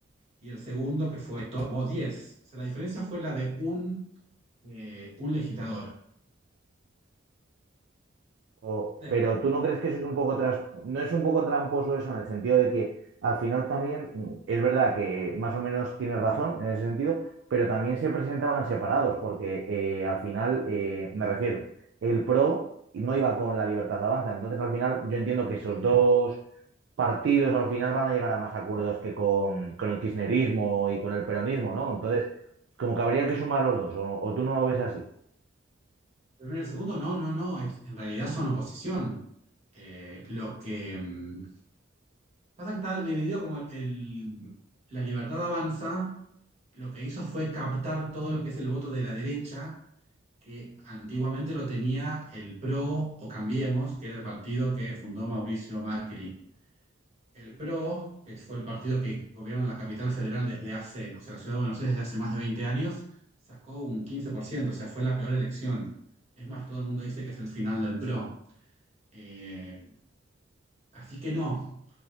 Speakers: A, on the right; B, on the right.
A: y el segundo que fue tomó diez O sea, la diferencia fue la de un, eh, un legislador.
B: O-
A: El
B: pero tú no crees que eso es un poco tras- no es un poco tramposo eso en el sentido de que al final también mm, es verdad que más o menos tienes razón en ese sentido, pero también se presentaban separados porque eh, al final eh, me refiero, el PRO no iba con la Libertad Avanza, entonces al final yo entiendo que esos dos partidos al final van a llegar a más acuerdos que con, con el kirchnerismo y con el peronismo, ¿no? Entonces como que habría que sumar los dos, o, o tú no lo ves así.
A: primero el segundo, no, no, no, es- en realidad son oposición. Eh, lo que mm, Pasa que está dividido como el, la libertad avanza, lo que hizo fue captar todo lo que es el voto de la derecha, que antiguamente lo tenía el PRO o Cambiemos, que era el partido que fundó Mauricio Macri. El PRO, que fue el partido que gobierna la capital federal desde hace, o sea, la ciudad de Buenos Aires desde hace más de 20 años, sacó un 15%. o sea, fue la peor elección. Es más, todo el mundo dice que es el final del PRO. Eh, así que no